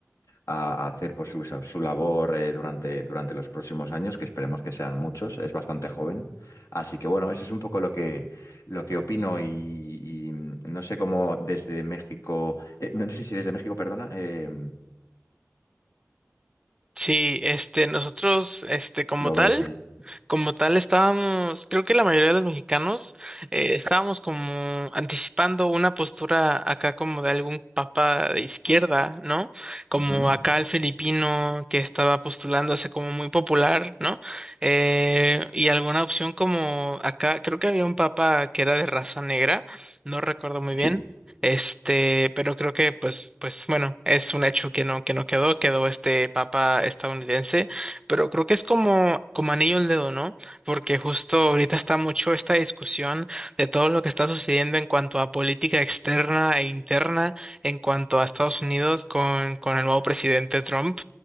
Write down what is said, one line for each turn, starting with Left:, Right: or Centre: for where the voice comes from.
Left: a, a hacer pues, su, su labor eh, durante, durante los próximos años, que esperemos que sean muchos, es bastante joven. Así que bueno, eso es un poco lo que, lo que opino y, y, mm, no sé cómo desde México, eh, no no sé si desde México, perdona, eh,
Right: Sí, este, nosotros, este, como
Left: lo
Right: tal.
Left: veis ahí.
Right: Como tal, estábamos, creo que la mayoría de los mexicanos eh, estábamos como anticipando una postura acá como de algún papa de izquierda, ¿no? Como
Left: Ujú.
Right: acá el filipino que estaba postulándose como muy popular, ¿no? Eh, y alguna opción como acá, creo que había un papa que era de raza negra, no recuerdo muy
Left: Sí.
Right: bien. Este, pero creo que pues, pues bueno, es un hecho que no, que no quedó, quedó este papa estadounidense pero creo que es como, como anillo al dedo, ¿no? Porque justo ahorita está mucho esta discusión de todo lo que está sucediendo en cuanto a política externa e interna, en cuanto a Estados Unidos con, con el nuevo presidente Trump.